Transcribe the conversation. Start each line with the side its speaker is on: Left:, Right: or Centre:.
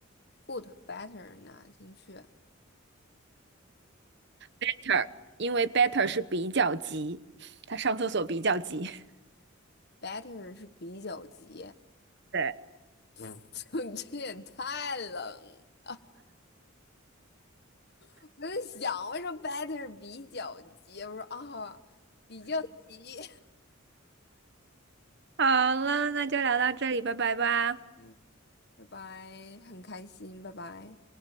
Left: good better 哪进去
Right: ？better，因为 better 是比较急，他上厕所比较急。<laughs>
Left: ？better 是比较级，
Right: 对，
Left: 嗯，<laughs> 就你这也太冷了我在想为什么 better 比较级？我说啊，比较级。
Right: 好了，那就聊到这里，拜拜吧。
Left: <laughs> 嗯，拜拜，很开心，拜拜。